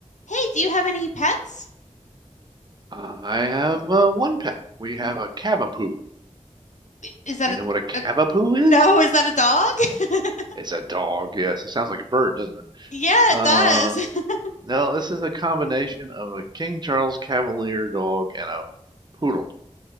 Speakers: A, on the left; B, on the right.
A: Hey, do you have any pets?
B: I have uh, one pet. We have
A: W-
B: a Cavapoo.
A: i- Is that
B: Do you
A: a,
B: know what a Cavapoo
A: a
B: is?
A: no, is that a dog? <laughs>
B: It's a dog, yes. It sounds like a bird, doesn't it?
A: Yeah,
B: Uh,
A: it does. <laughs>
B: no, this is a combination of a King Charles Cavalier dog and a poodle.